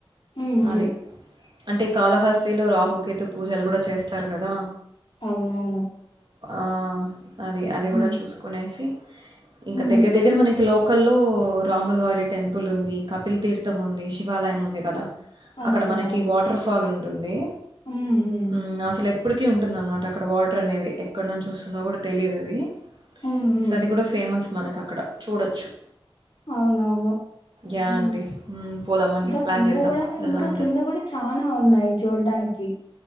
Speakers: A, on the left (about 60°); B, on the right (about 55°).
A: మ్మ్
B: అది అంటే ఈ కాళహస్తిలో రాహుకేతు పూజలు కూడా చేస్తారు కదా
A: అవునవును
B: ఆ అది అది కూడ
A: మ్మ్
B: చూసుకునేసి ఇంకా
A: మ్మ్
B: దగ్గర దగ్గర మనకి లోక్ కల్లో రాముల వారి టెంపుల్ ఉంది కపిల్ తీర్థం ఉంది శివాలయం ఉంది కదా
A: అవునవును
B: అక్కడ మనకి వాటర్ ఫాల్ ఉంటుంది
A: మ్మ్ మ్మ్
B: ఉమ్ అసలు ఎప్ ఎప్పటికీ ఉంటుందన్నమాట అక్కడ వాటర్ అనేది ఎక్కడ నుంచి వస్తుందో కూడా తెలీదు అది
A: మ్మ్ మ్మ్
B: సో అది కూడా ఫేమస్ మనక్ అక్కడ చూడచ్చు
A: అవునవును
B: యాహ్!
A: ఉమ్
B: అండి. హ్మ్. పోదామండి.
A: ఇంకా
B: ప్లాన్
A: కింద
B: జేద్దాం.
A: కూడా
B: వెళ్దామందరం.
A: ఇంకా కింద కూడా చానా ఉన్నాయి చూడ్డానికి